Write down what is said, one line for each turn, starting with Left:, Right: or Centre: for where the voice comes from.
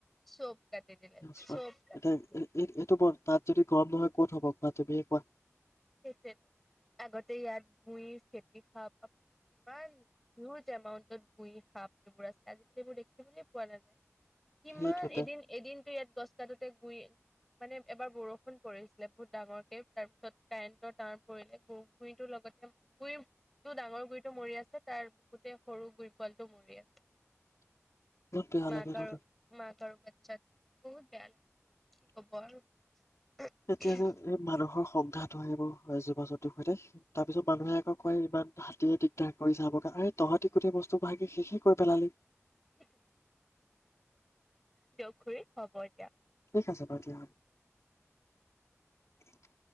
Centre: চব কাটি দিলে
Left: চোৱা
Centre: চব কাটি দিলে
Left: এ এইটো তাত যদি গৰম নহয় ক'ত হব কোৱা তুমি হয়
Centre: সেইটোয়েতো আগতে ইয়াত গু়ই ফেতি সাপ আপোনাৰ কিমান হিউজ এমাউন্টত গুইৰ সাপ এইবোৰ আছিল আজিকালি এইবোৰ দেখিবলৈ পোৱা নাযায় কিমান
Left: সেইটোতে
Centre: এদিন এদিনতো ইয়াত গছ কাতোতে গুই মানে এবাৰ বৰষুণ পৰিছিলে বহুত ডাঙৰকে তাৰ পিছত কাৰেণ্টৰ তাঁৰ পৰিলে গুইটোৰ লগতে গুইটো ডাঙৰ গুইটো মৰি আছে তাৰ গুৰিতেই সৰু গুইৰ পোৱলটোও মৰি আছে
Left: বহুত বেয়া
Centre: মাক
Left: লাগে ন
Centre: মাক আৰু বাচ্চা বহুত বেয়া লাগে। কি খবৰ?
Left: তেতিয়া যে এই মানুহৰ সংঘাত হ, য় সেইবোৰ জীৱ জন্তুৰ সৈতে তাৰ পিছত মানুহে আকৌ কয় ইমান হাতীয়ে দিগদাৰ কৰিছে <unintelligible> তহঁতি গোটেই বস্তু ভাঙি শেষে কৰি পেলালি।
Centre: সেইটোৱে দিয়ক খুৰী, হ'ব এতিয়া।
Left: ঠিক আছে বাৰু দিয়া। <inaudible>